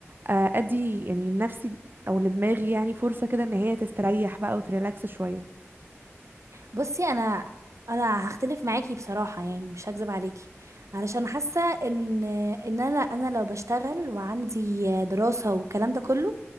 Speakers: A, on the right; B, on the right.
A: آه، ادي يعني نفسي او لدماغي يعني فرصه كده ان هي تستريح بقى وتريلاكس شويه
B: بصي انا انا هختلف معاكي بصراحه يعني مش هكذب عليكي علشان حاسه ان ان انا انا لو بشتغل وعندي دراسه والكلام ده كله